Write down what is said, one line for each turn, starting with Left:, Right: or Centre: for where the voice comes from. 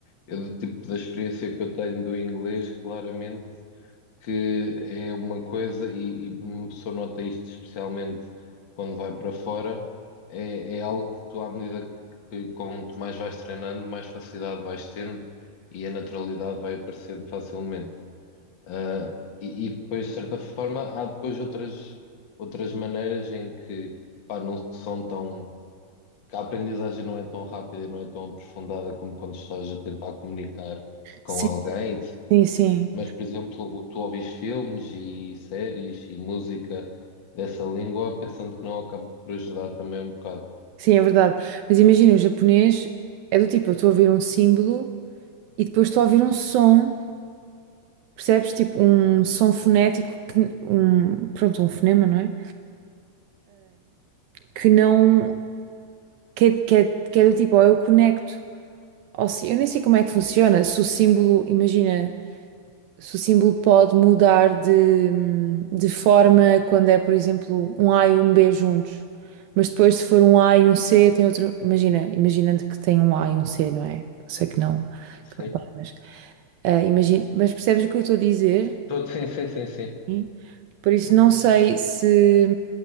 Left: eu do tipo da experiência que eu tenho do inglês, claramente que é uma coisa, e, e uma pessoa nota isto especialmente quando vai para fora, é, é algo que tu, à medida que, que quanto mais vais treinando, mais facilidade vais tendo e a naturalidade vai aparecendo facilmente. Ah, e, e depois, de certa forma, há depois outras, outras maneiras em que, pá, não são tão, que a aprendizagem não é tão rápida e não é tão aprofundada como quando estás a tentar comunicar com
Right: Sim,
Left: alguém.
Right: sim, sim.
Left: Mas, por exemplo, o- tu ouvis filmes e séries e música dessa língua, pensando que não acaba por ajudar também um bocado.
Right: Sim, é verdade. Mas imagina, o japonês é do tipo, eu estou a ouvir um símbolo e depois estou a ouvir um som, percebes? Tipo, um som fonético, que, um, pronto, um fonema, não é? Que não, que, é- que, é que é do tipo, ou eu conecto, ou se, eu nem sei como é que funciona, se o símbolo, imagina. se o símbolo pode mudar de, de forma quando é, por exemplo, um A e um B juntos. Mas depois, se for um A e um C, tem outro. Imagina, imaginando que tem um A e um C, não é? Sei que não,
Left: Sim.
Right: que não para, mas. ah, imagina, mas percebes o que eu estou a dizer?
Left: Tô- Sim, sim, sim, sim.
Right: Sim. Por isso, não sei se.